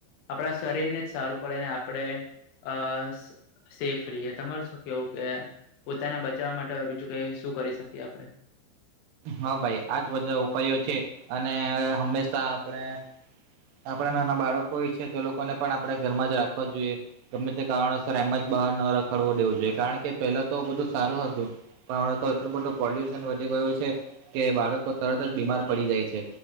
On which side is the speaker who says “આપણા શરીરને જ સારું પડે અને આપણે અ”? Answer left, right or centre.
Left